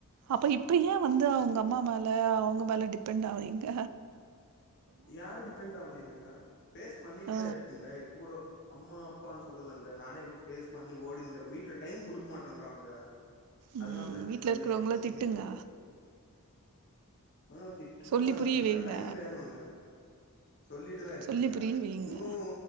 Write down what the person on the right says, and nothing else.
அப்ப இப்ப ஏ வந்து அவுங்க அம்மா மேல அவுங்க மேல டிபெண்ட் ஆவுறீங்க
ஆ
ம்
வீட்ல
இருக்கிறவங்கள
திட்டுங்க
சொல்லி
புரிய
வைங்க
சொல்லி புரிய வைங்க